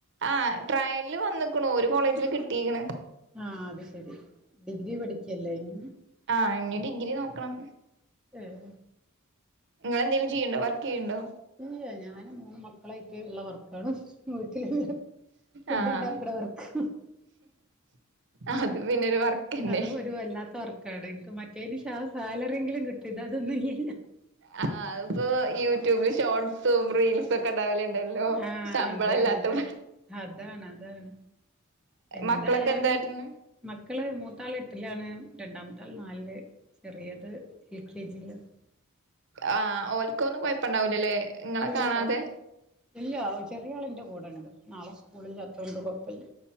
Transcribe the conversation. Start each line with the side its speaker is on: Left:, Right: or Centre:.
Right: ആ ട്ട്രയ്ല്‌ വന്നക്കുണു ഒരു കോളേജില് കിട്ടീക്കണ്.
Centre: ആഹ അത് ശരി ഡിഗ്രി പഠിക്കല്ലെ ഇഞ്ഞു
Right: ആഹ് ഇനി ഡിഗ്രി നോക്കണം
Centre: ഉം
Right: നിങ്ങ എന്തെങ്കിലും ചെയ്യ്ണ്ടോ വർക്കെയ്യുണ്ടോ?
Centre: ഇല്ല്യാ ഞാന് മൂന്ന് മക്കളായിട്ട് ഉള്ളവർക്കാണ്. വീട്ടിലുള്ള ഫുഡ്
Right: ആഹ്
Centre: ഇണ്ടാക്കണ വർക്ക്.
Right: അത് പിന്നെ ഒരു വർക്കന്നെ
Centre: അത് ഒരു വല്ലാത്ത വർക്കാണ് എനിക് മറ്റേന് ഷാ സാലറേങ്കിലും കിട്ടും ഇതഅതൊന്നും ഇല്ലാ ഇ
Right: ആഹ് അതിപ്പോ യൂട്യൂബില് ഷോർട്സ് <unintelligible> റീൽസ് ഒക്കെ ഇണ്ടാവലുണ്ടല്ലോ
Centre: ആഹ്
Right: ശമ്പളം
Centre: അതാണ്
Right: ഇല്ലാത്ത
Centre: അതാണ് അതാണ് അതാണ് എന്തായാലും
Right: മക്കളൊക്കെ എന്ത് കാട്ടണ്
Centre: മക്കള് മൂത്താള് എട്ടിലാണ് രണ്ടാമത്തെ ആൾ നാലില് ചെറിയത് എൽ കെ ജി യി ല
Right: ആഹ് ഓൽക്ക് ഒന്നും കൊഴപ്പുണ്ടാവൂലല്ലേ ഇങ്ങളെ
Centre: ഇല്ലല്ലോ
Right: കാണാതെ
Centre: ഇല്ല ചെറിയ ആളിന്റെ കൂടെ ഉണ്ട് നാളെ സ്കൂളില്ലാത്തോണ്ട് കുഴപ്പല്ല.